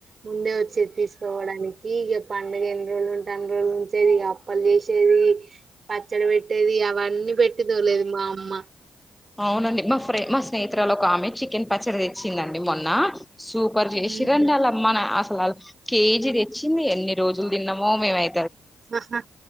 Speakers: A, on the right; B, in the centre.
A: ముందే వచ్చేది తీసుకోవడానికి ఇగ పండుగ ఎన్ని రోజులు ఉంటే అన్ని రోజులు ఉంచేది ఇగ అప్పలు చేసేది పచ్చడి పెట్టేది అవన్నీ పెట్టిద్దో లేదో మా అమ్మా.
B: అవునండి మా ఫ్రె మా స్నేహిరాలు ఒక ఆమె చికెన్ పచ్చడి తెచ్చిందండి మొన్న. సూపర్ చేసిర్రండి
A: ఉమ్.
B: వాళ్ళమ్మా న అస లా కేజీ తెచ్చింది ఎన్ని రోజులు తిన్నామో మేమై
A: అహ